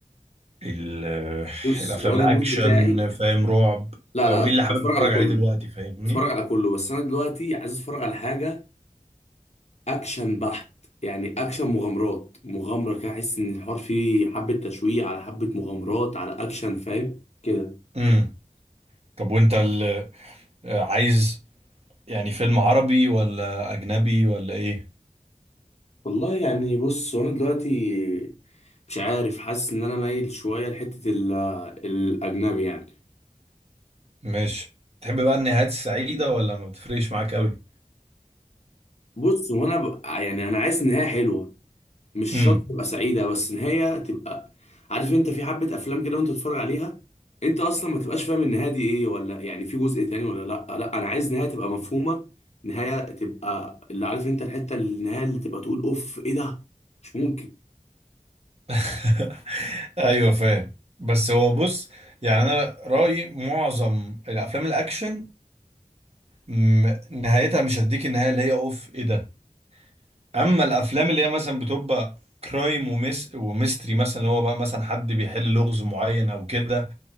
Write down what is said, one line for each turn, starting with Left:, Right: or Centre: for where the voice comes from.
Right: ال
Left: بص
Right: الافلام
Left: وانا
Right: الاكشن
Left: المود بتاعي
Right: فاهم رعب
Left: لا
Right: او
Left: لا
Right: ايه اللي
Left: بتفرج
Right: حابب تتفرج
Left: على كله
Right: عليه دلوقتي فاهمني
Left: بتفرج على كله بس انا دلوقتي عايز اتفرج على حاجه اكشن بحت يعني اكشن مغامرات مغامره كده احس ان الحوار فيه حبه تشويق على حبه مغامرات على اكشن فاهم كده
Right: امم طب وانت ال- عايز يعني فيلم عربي ولا اجنبي ولا ايه
Left: والله يعني بص انا دلوقتي مش عارف حاسس ان انا مايل شويه لحته ال- الاجنبي يعني
Right: ماشي تحب بقى النهايات السعيده ولا ما بتفرقش معاك قوي
Left: بص وانا بقى يعني انا عايز نهايه حلوه مش
Right: امم
Left: شرط تبقى سعيده بس نهايه تبقى عارف انت في حبه افلام كده وانت تتفرج عليها انت اصلا ما تبقاش فاهم النهايه دي ايه ولا يعني في جزء تاني ولا لا لا انا عايز نهايه تبقى مفهومه نهايه تبقى اللي عارف انت الحته النهايه اللي تبقى تقول اوف ايه ده مش ممكن
Right: <laughs> ايوه فاهم بس هو بص يعني انا رايي معظم الافلام الاكشن م- نهايتها مش هتديك النهايه اللي هي اوف ايه ده اما الافلام اللي هي مثلا بتبقى كرايم ومس وميستري مثلا اللي هو بقى مثلا حد بيحل لغز معين او كده